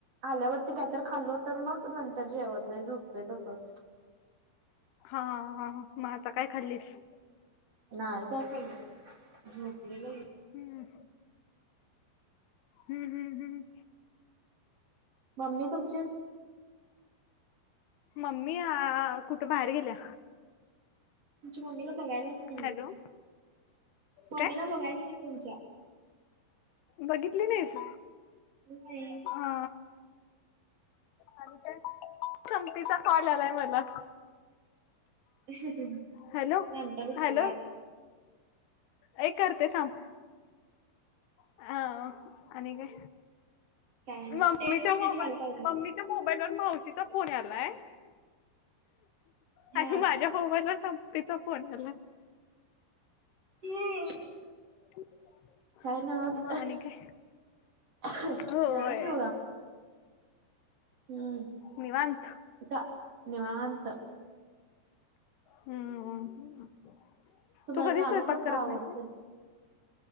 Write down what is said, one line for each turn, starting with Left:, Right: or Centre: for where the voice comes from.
Right: आल्यावरती काय तर खाल्लो तर मग नंतर जेवत नाही झोपतोय तसंच.
Left: हा हा हा हा मग आता काय खाल्लीस.
Right: नाही काय खाल्ल झोपली बई.
Left: हम्म. हम्म हम्म हम्म.
Right: मम्मी तुमची
Left: मम्मी आ कुठे बाहेर गेल्या.
Right: तुमच्या मम्मीला बघायलाच नाही मी
Left: हॅलो
Right: मम्मीला
Left: काय
Right: बघायचंये तुमच्या.
Left: बघितली नाहीस.
Right: नाही.
Left: हा आणि त्या संपीचा कॉल आलाय मला.
Right: <unintelligible>
Left: हॅलो
Right: नंतर उचला
Left: हॅलो.
Right: आत
Left: ये करते थांब अ आणि काय?
Right: काय नाही
Left: मम्मी
Right: टेन मिनिट
Left: जाऊ आपण
Right: व्हायला पाहिजे
Left: मम्मी च्या मोबाईल वर मावशीचा फोन आलाय. आणि
Right: हा
Left: माझ्या मोबाईल वर सं <inaudible> तीचा फोन आलाय.
Right: हम्म.
Left: <inaudible>
Right: काय ना होत
Left: मग आणि काय
Right: <unintelligible>
Left: होय
Right: काय नाही बाबा. हम्म
Left: निवांत
Right: आता निवांत.
Left: हम्म हम्म हम्म
Right: तुम्हाला
Left: तू कधी
Right: गाणं
Left: स्वयंपाक
Right: कोणतं
Left: करत
Right: आवडतंय
Left: नाहीस व्हय.